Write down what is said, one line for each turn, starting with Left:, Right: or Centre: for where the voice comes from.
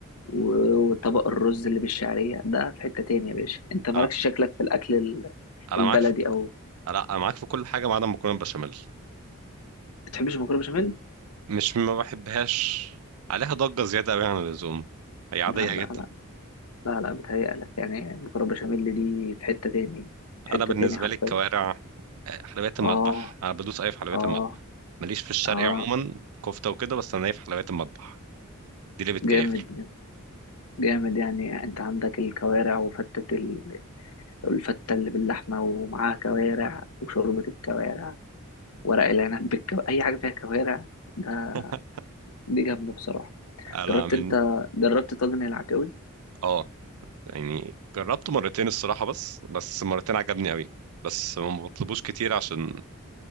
Left: و- وطبق الرز اللي بالشعرية ده في حتة تانية يا باشا انت مالكش
Right: انا
Left: شكلك في الأكل ال-
Right: انا
Left: البلدي
Right: معاك في
Left: أو
Right: لا، انا معاك في كل حاجة ما عدا المكرونة بشاميل
Left: بتحبش المكرونة بشاميل؟
Right: مش ما بحبهاش عليها ضجة زيادة قوي عن اللزوم هي عادية
Left: لا لا
Right: جدا
Left: لا لا لا بتهيألك يعني المكرونة بشاميل دي في حتة تاني في حتة
Right: انا بالنسبه
Left: تاني حرفيا
Right: لي الكوارع آه، حلويات المطبخ
Left: اه
Right: انا بدوس اي في حلويات
Left: اه
Right: المطبخ ماليش في الشرقي
Left: اه
Right: عموما كفته وكده بس انا ايه في حلويات المطبخ دي اللي بتكيفني
Left: جامد جامد يعني انت عندك الكوارع وفتة ال- الفتة اللي باللحمة ومعاها كوارع وشوربة الكوارع ورق العنب بالكو... أي حاجة فيها كوارع ده
Right: <laughs>
Left: دي جامدة بصراحة
Right: انا
Left: جربت
Right: من
Left: انت جربت طاجن العكاوي
Right: اه يعني جربته مرتين الصراحه بس بس مرتين عجبني قوي بس ما بطلبوش كتير عشان